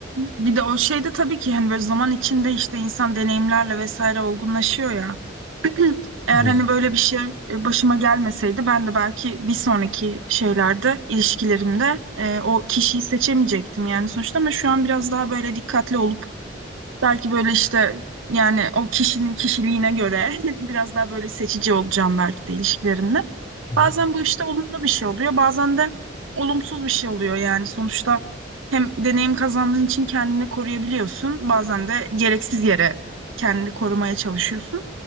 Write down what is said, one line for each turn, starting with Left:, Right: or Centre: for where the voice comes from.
Right: bir de o şeyde tabii ki hani böyle zaman içinde işte insan deneyimlerle vesaire olgunlaşıyor ya. Eğer
Left: Evet.
Right: hani böyle bir şey e, başıma gelmeseydi ben de belki bir sonraki şeylerde ilişkilerimde e, o kişiyi seçemeyecektim yani sonuçta ama şu an biraz daha böyle dikkatli olup Belki böyle işte yani o kişinin kişiliğine göre <laughs> biraz daha böyle seçici olacağım belki de ilişkilerimde.
Left: Hı hı.
Right: Bazen bu işte olumlu bir şey oluyor, bazen de olumsuz bir şey oluyor yani sonuçta hem deneyim kazandığın için kendini koruyabiliyorsun, bazen de gereksiz yere kendini korumaya çalışıyorsun.